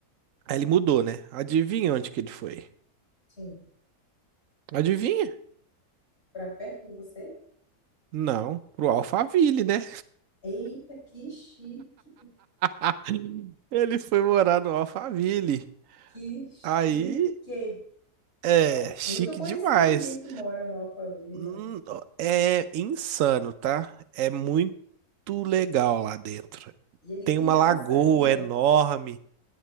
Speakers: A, on the right (about 65°); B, on the left (about 40°).
A: aí ele mudou, né? Adivinha onde que ele foi?
B: Sim.
A: Adivinha?
B: Pra perto de você?
A: Não, pro Alphaville, né?
B: Eita, que chique,
A: <laughs> Ele foi morar no Alphaville.
B: que chique.
A: Aí, é,
B: Nossa,
A: chique
B: nunca conheci
A: demais.
B: ninguém que mora no Alphaville,
A: Hum,
B: não.
A: ó, É insano, tá? É muito legal lá dentro.
B: E ele
A: Tem
B: criança
A: uma lagoa
B: ainda.
A: enorme,